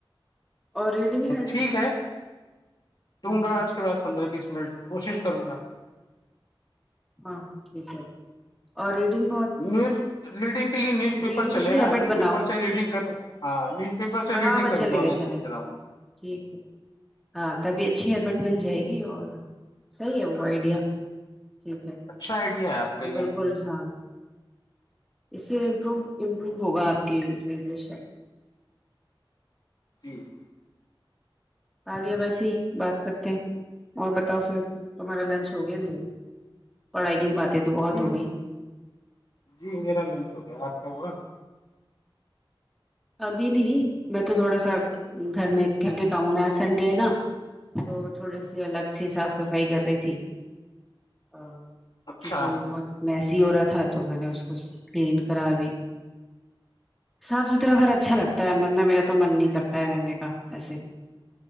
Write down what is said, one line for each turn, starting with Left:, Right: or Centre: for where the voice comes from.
Centre: اور ریڈنگ ہیڈ
Left: ٹھیک ہے دوں
Centre: ہ <unintelligible> <unintelligible>
Left: گا آج کے بعد پندرہ بیس منٹ کوشش کروں گا
Centre: ہاں ہاں ٹھیک ہے اور ریڈنگ بہت <unintelligible>
Left: نیوز ریڈنگ کے لیے نیوز پیپر
Centre: ریڈنگ
Left: چلے
Centre: کی
Left: گا
Centre: ہیبٹ
Left: نیوز
Centre: بناؤ
Left: پیپر سے ریڈنگ کروں ہاں نیوز پیپر سے
Centre: ہاں
Left: ریڈنگ
Centre: وہ
Left: کروں
Centre: چلے
Left: گا میں
Centre: چلے
Left: سوچ
Centre: گا
Left: رہا ہوں
Centre: ٹھیک ہے <unintelligible> <unintelligible> ہاں تبھی اچھی ہیبٹ بن جائے گی اور صحیح ہے وہ آئیڈیا ٹھیک ہے
Left: اچھا آئیڈیا ہے آپ کا یہ
Centre: بالکل ہاں اس سے امپو امپروو ہوگا آپ کییشن
Left: جی <unintelligible> <unintelligible>
Centre: آ گیا ویس ہی بات کرتے ہیں اور بتاؤ پھر تمہارا لنچ ہو گیا نہیں پڑھائی کی باتیں تو بہت
Left: جی
Centre: ہو گئی
Left: جی میرا لنچ ہو گیا آپ کا ہوا
Centre: ابھی نہیں میں تو تھوڑا سا گھر میں گھر کے کاموں میں آج سنڈے ہے نا تو تھوڑی سی الگ سے صاف صفائی کر رہی تھی ا
Left: اچھا
Centre: کچن بہت <unintelligible> میںیسی ہو رہا تھا تو میں نے اس کو کلین کرا بھی صاف ست گھر اچھا لگتا ہے بندر میرا تو من نہیں کرتا ہے رہنے کا ایسے